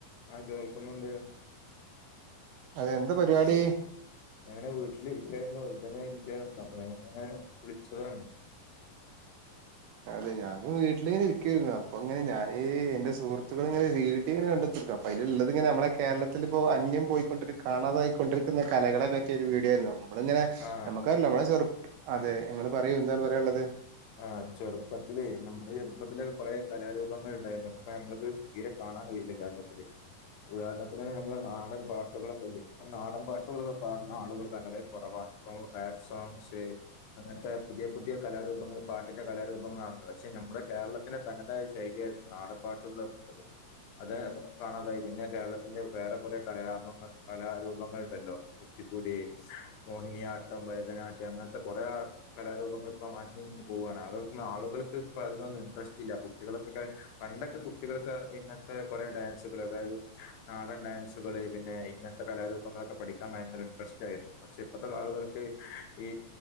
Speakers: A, on the left; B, on the right.
A: അഹ് കേൾക്കുന്നുണ്ട്
B: അതെ എന്താ പരിപാടി
A: ഞങ്ങനെ വീട്ടിലിരിക്കായിരുന്നു വെറുതെങ്ങന ഇരിക്കയായിരുന്നു അപ്പൊ ഇങ്ങനെ വിളിച്ചതാണ്
B: അതെ ഞാനും വീട്ടിലിങ്ങനെ ഇരിക്കുവായിരുന്നു അപ്പൊ ഇങ്ങനെ ഞാനീ എന്റെ സുഹൃത്തുക്കൾ ഇങ്ങനെ വീടിയോ ഇങ്ങനെ കണ്ട അപ്പ അതില് ഉള്ളത് ഇങ്ങന നമ്മളെ കേരളത്തിൽ ഇപ്പോ അന്യം പോയിക്കൊണ്ടി കാണാതായിക്കൊണ്ടിരിക്കുന്ന കലകളെ പറ്റിയ ഒരു വീഡിയൊ ആയിരുന്നു നമ്മള ഇങ്ങനെ
A: ആ
B: നമ്മുക്കല്ലോ നമ്മളെ ചെറുപ്പ അതെ നിങ്ങള് പറയൂ എന്താണ് പറയാള്ളത്
A: ആഹ് ചെറുപ്പത്തിലേ നമ്മുടെ ചെറുപ്പത്തിലൊക്കെ കൊറെ കലാരൂപങ്ങൾ ഉണ്ടായിരുന്നു അപ്പൊ നമ്മളക്ക്‌ തീരെ കാണാൻ കഴിയില്ല കേരളത്തില് ഉദാഹരണത്തിന് നമ്മൾ നാടൻ പാട്ടുകളൊക്കെല്ലേ നാടൻ പാട്ടുകളൊക്കെ പാടുന്ന ആളുകൾ വളരെ കുറവാണ് ഇപ്പോ റാപ്പ് സോങ്സ് അങ്ങനത്തെ പുതിയ പുതിയ കലാരൂപങ്ങൾ പാട്ടിന്റെ കലാരൂപങ്ങളാണല്ല പക്ഷെ നമ്മുടെ കേരളത്തിെലെ തനതായ ശൈലി ആയിരുന്നു നാട്ടൻപാട്ടുകൾ എന്നുള്ളത് അത് കാണാതായി പിന്നെ കേരളത്തിന്റെ വേറെ കുറെ കലാപങ്ങൾ കലാരൂപങ്ങൾണ്ടല്ലോ ഉച്ചിക്കുടി മോഹിനിയാട്ടം ഭരതനാട്യം അങ്ങനത്തെ കുറെ കലാരൂപങ്ങൾ ഇപ്പം അന്യം പോവാണ് അള് ആളുകൾക്ക് ഇപ്പോ അതിനൊന്നും ഇൻട്രസ്റ്റ് ഇല്ല കുട്ടികൾക്കക്കെ പണ്ടൊക്കെ കുട്ടികൾക്ക് ഇങ്ങൻ കുറെ ഡാൻസുകൾ അതായത് നാടൻ ഡാൻസുകള് പിന്നെ ഇങ്ങനത്തെ കലാരൂപങ്ങൾ ഒക്കെ പഠിക്കാൻ ഭയങ്കര ഇൻഡ്രസ്റ്റ് ആയിരുന്നു പക്ഷേ ഇപ്പത്തെ ആളുകൾക്ക് ഈ